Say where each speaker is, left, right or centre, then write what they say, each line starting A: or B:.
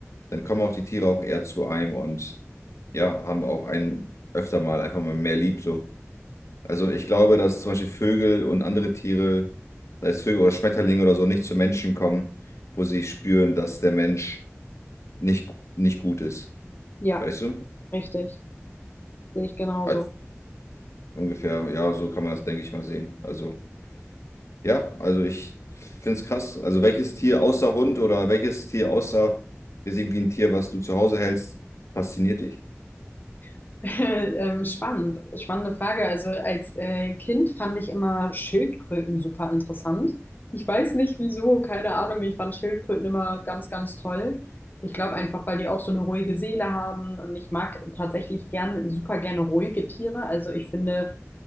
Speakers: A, on the left; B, on the left.
A: dann kommen auch die Tiere auch eher zu einem und ja, haben auch einen öfter mal einfach mal mehr lieb so. Also ich glaube, dass zum Beispiel Vögel und andere Tiere, sei es Vögel oder Schmetterlinge oder so, nicht zu Menschen kommen, wo sie spüren, dass der Mensch nicht, nicht gut ist.
B: Ja,
A: Weißt du?
B: richtig. Sehe ich genauso.
A: Also ungefähr, ja, so kann man das, denke ich mal, sehen. Also, ja, also ich finde es krass. Also welches Tier außer Hund oder welches Tier außer jetzt irgendwie ein Tier, was du zu Hause hältst, fasziniert dich?
B: <laughs> Ähm, spannend, spannende Frage. Also als äh, Kind fand ich immer Schildkröten super interessant. Ich weiß nicht wieso, keine Ahnung. Ich fand Schildkröten immer ganz, ganz toll. Ich glaube einfach, weil die auch so eine ruhige Seele haben und ich mag tatsächlich gerne super gerne ruhige Tiere. Also ich finde